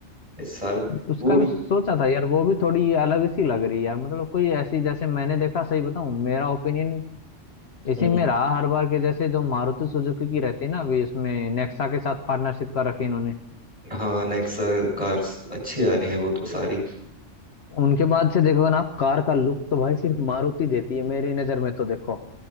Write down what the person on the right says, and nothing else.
इस साल
वो भी
हम्म,
हाँ नेक्सा कार्स अच्छी आ रही है वो तो सारी